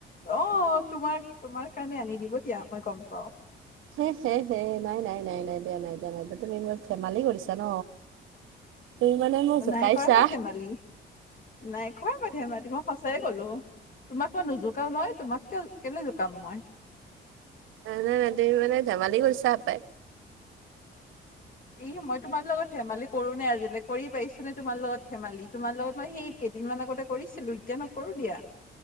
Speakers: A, on the left (about 45°); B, on the right (about 85°).
A: অ, তোমাৰ তোমাৰ কাৰণে আনি দিব দিয়া মই গম পাও।
B: হে- হে -হে নাই -নাই - নাই দিয়া- নাই দিয়া - নাই দিয়া তুমি মোৰ ধেমালি কৰিছা ন। তুমি মানে মোক জোকাইছা
A: নাই কৰা মই ধেমালি - নাই কৰা মই ধেমালি মই সঁচাইে কলো অ, তোমাক মই নোজোকাও মই তোমাক কিয় কেলে জোকাম মই।
B: ন নাই - নাই তুমি মানে ধেমালি কৰছাহ হ পাই।
A: ই মই তোমাৰ লগত ধেমালি কৰো নে আজিলৈ কৰি পাৰিছো নে তোমাৰ লগত ধেমালি তোমাৰ লগত মই সেই কেইদিনমান আগতে কৰিছিলো এতিয়া নকৰো দিয়া।